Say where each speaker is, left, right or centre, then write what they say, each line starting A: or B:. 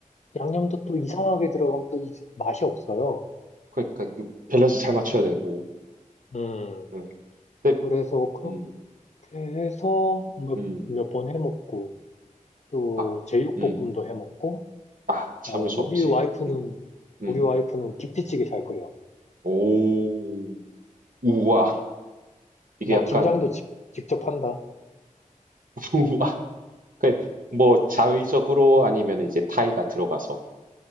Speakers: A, on the left; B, on the right.
A: 양념도 또 이상하게 들어가면 또 이- 맛이 없어요.
B: 그러니까 그 밸런스 잘 맞춰야 되고.
A: 음,
B: 음. 근데
A: 그래서 그렇게
B: 음.
A: 해서 몇,
B: 음.
A: 몇 번 해먹고, 또
B: 아.
A: 제육볶음도
B: 음.
A: 해먹고,
B: 아 참을
A: 어, 우리
B: 수 없지.
A: 와이프는,
B: 음. 음.
A: 우리 와이프는 김치찌개 잘 끓여.
B: 오. 우와. 이게
A: 나
B: 약간
A: 김장도 직- 직접 한다.
B: <laughs> 우와. 그뭐 자의적으로 아니면 이제 타이가 들어가서.